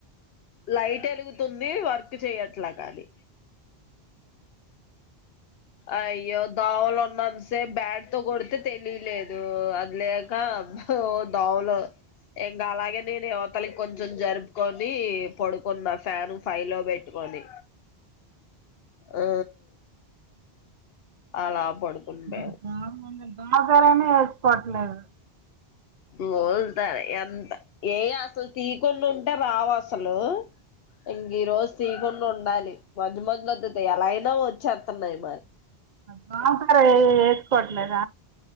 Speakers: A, on the left (about 65°); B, on the right (about 45°).
A: లైట్ ఎలుగుతుంది వర్క్ చేయట్లాగాని అయ్యో దోమలు ఉన్న స బ్యాడ్ తో కొడితే తెలియలేదు అ లేక హో దోమలు ఎం గాల ఇగ నీను ఇవతలికి కొంచెం జరుపుకొని పడుకున్న ఫ్యాన్ ఫైవ్ లో పెట్టుకొని ఆ అలా పడుకుని మేము
B: బగర బాగరేనే వేసుకోవట్లేదు
A: మోలుతారు ఎంత ఏ అసలు తీయకుండా ఉంటే రావు అసలు ఇంగ ఈరోజు తీకుండ ఉన్ ఉండాలి మధ్య మధ్యలో అ ఎలాయినా వచ్చేత్తన్నాయి
B: బాకార ఎస్కో లద